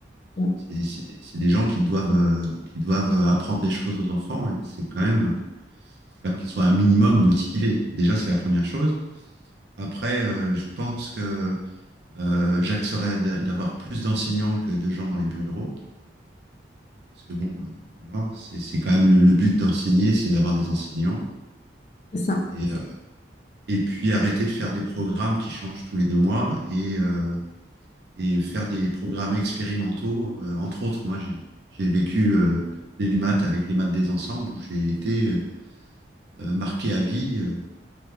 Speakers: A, on the left; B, on the right.
A: Ouais,
B: C'est c'est- c'est des gens qui doivent, euh, qui doivent apprendre des choses aux enfants et c'est quand même, faut quand même qu'ils soient un minimum motivés. Déjà, c'est la première chose. Après, euh, je pense que euh, j'axerais d'a- d'avoir plus d'enseignants que de gens dans les bureaux. Parce que bon, euh, voilà, c'est c'est quand même le, le but d'enseigner, c'est d'avoir des enseignants.
A: C'est ça.
B: Et, euh, et puis arrêter de faire des programmes qui changent tous les deux mois et, euh, et faire des programmes expérimentaux. Euh, entre autres, moi, j'ai j'ai vécu euh, des maths avec les maths des ensembles où j'ai été euh, marqué à vie euh,